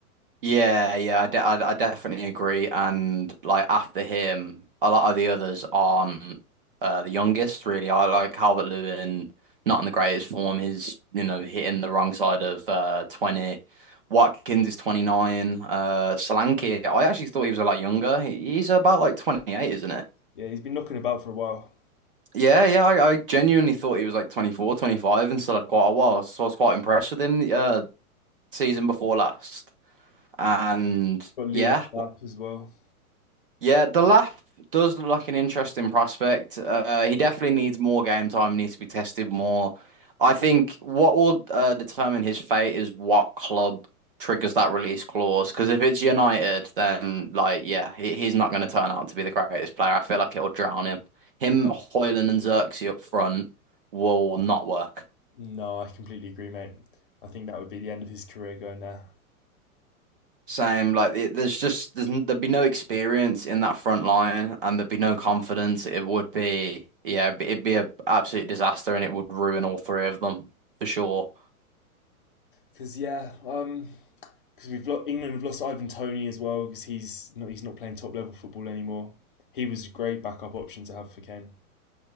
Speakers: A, on the right; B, on the left.
A: Yeah, yeah, I, de I, I definitely agree. And like after him, a lot of the others aren't uh, the youngest, really. I like Calvert-Lewin, not in the greatest form. He's, you know, hitting the wrong side of uh, 20. Watkins is 29. Uh, Solanke, I actually thought he was a lot younger. He, he's about like 28, isn't he?
B: Yeah, he's been knocking about for a while.
A: Yeah, yeah, I, I genuinely thought he was like 24, 25, and still had quite a while. So I was quite impressed with him the uh, season before last. And
B: Got Liam
A: yeah.
B: Delap as well.
A: Yeah, the Delap does look like an interesting prospect. Uh, he definitely needs more game time, needs to be tested more. I think what will uh, determine his fate is what club triggers that release clause. Because if it's United, then like yeah, he, he's not going to turn out to be the greatest player. I feel like it'll drown him. Him,
B: Yeah,
A: Højlund, and Xerxes up front will not work.
B: no, I completely agree, mate. I think that would be the end of his career going there.
A: Same, like it, there's just there's, n- there'd be no experience in that front line, and there'd be no confidence. It would be yeah, it'd be, it'd be a absolute disaster, and it would ruin all three of them for sure.
B: Because yeah, um, because we've lost, England have lost Ivan Tony as well because he's not he's not playing top level football anymore. He was a great backup option to have for Kane.